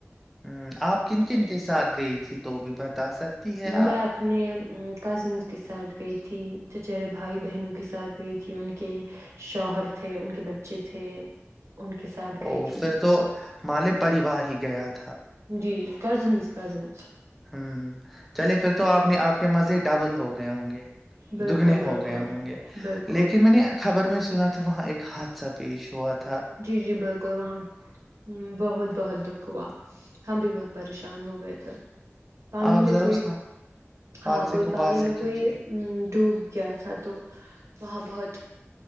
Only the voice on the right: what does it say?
میں
اپنے کزنس کے ساتھ گئی تھی چچہرے بھائی بہنوں کے ساتھ گئی تھی ان کے شوہر تھے ان کے بچے تھے ان کے ساتھ
گئی تھی
جی جی کزنس کزنس
بالکل
بالکل
بالکل
جی جی بالکل وہاں بہت بہت دکھ ہوا ہم بھی بہت پریشان ہو گئے تھے تھینکو پانی
میں
کوئی
ہاں
کوئی
پانی
میں
کوئی ڈوب گیا تھا تو وہاں بہت